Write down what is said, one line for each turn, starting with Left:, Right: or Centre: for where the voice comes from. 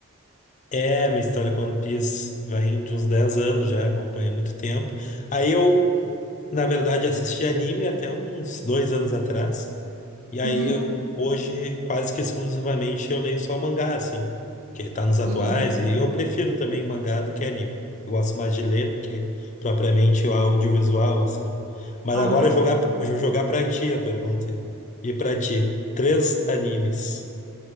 Left: É, minha história com One Piece vai de uns 10 anos já, acompanha há muito tempo. Aí eu Na verdade, assisti anime até uns dois anos atrás. E aí
Right: Uhum,
Left: eu hoje, quase que exclusivamente, eu leio só mangá, assim, que tá nos atuais,
Right: uhum,
Left: e eu prefiro também mangá do que anime. Eu gosto mais de ler do que propriamente o audiovisual, assim. Mas
Right: aham.
Left: agora eu jogar, eu jogar pra ti a pergunta. E pra ti, três animes